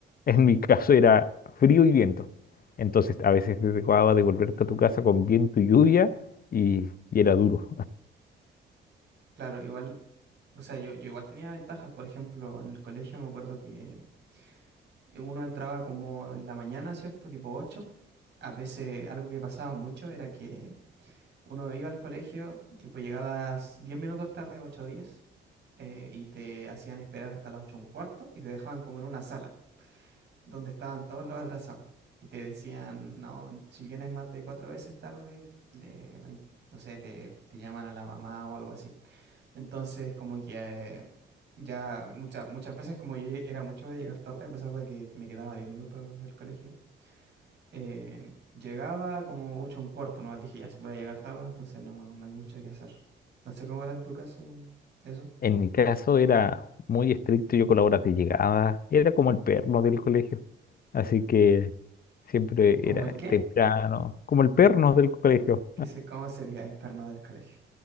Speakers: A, on the left (about 50°); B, on the right (about 60°).
A: En mi caso era frío y viento. Entonces a veces te tocaba devolverte a tu casa con viento y lluvia y, y era duro.
B: claro, igual, o sea, yo, yo igual tenía ventajas, por ejemplo, en el colegio me acuerdo que Uno entraba como en la mañana, ¿cierto? Tipo ocho A veces algo que pasaba mucho era que uno iba al colegio, tipo llegabas 10 minutos tarde, 8 o 10, eh, y te hacían esperar hasta las 8 un cuarto y te dejaban como en una sala donde estaban todos los atrasados. Y te decían, no, si vienes más de cuatro veces tarde, eh, ay, no sé, te, te llaman a la mamá o algo así. Entonces, como que eh, ya muchas muchas veces, como yo lle- era mucho de llegar tarde, a pesar de que me quedaba 10 minutos del colegio, eh, llegaba como mucho un cuarto, nomás dije, ya, si voy a llegar tarde, entonces no, no hay mucho que hacer. No sé cómo era en tu caso eso.
A: En mi caso era muy estricto yo con las horas de llegada. Era como el perno del colegio. Así que siempre
B: ¿Cómo
A: era
B: el qué?
A: temprano, como el perno del colegio.
B: ¿Qué sé cómo sería el perno del colegio?